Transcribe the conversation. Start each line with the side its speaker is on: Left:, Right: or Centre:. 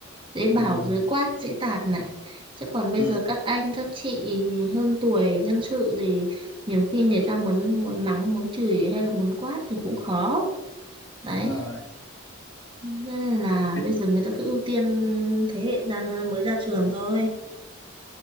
Right: dễ bảo
Left: ừ,
Right: dễ quát, dễ tạt này. Chứ còn bây
Left: ừ.
Right: giờ các anh các chị hơn tuổi nhân sự thì nhiều khi người ta muốn muốn mắng, muốn chửi hay là muốn quát thì cũng khó. Đấy,
Left: Đúng rồi.
Right: Nên là
Left: Thế,
Right: bây giờ người ta cứ ưu tiên thế hệ ra mới ra trường thôi.